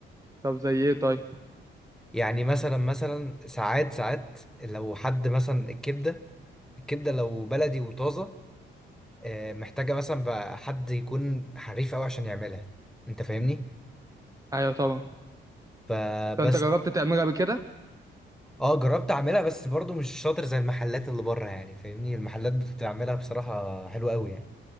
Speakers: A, on the right; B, in the centre.
A: طب زي ايه طيب
B: يعني مثلا مثلا ساعات ساعات لو حد مثلا الكبدة الكبدة لو بلدي وطازة آه، محتاجة مثلا بقى حد يكون حريف قوي عشان يعملها انت فاهمني
A: ايوه طبعا
B: فبس
A: فانت جربت تعملها بكده
B: اه جربت اعملها بس برضو مش شاطر زي المحلات اللي بره يعني فاهمني المحلات بتعملها بصراحة حلوة قوي يعني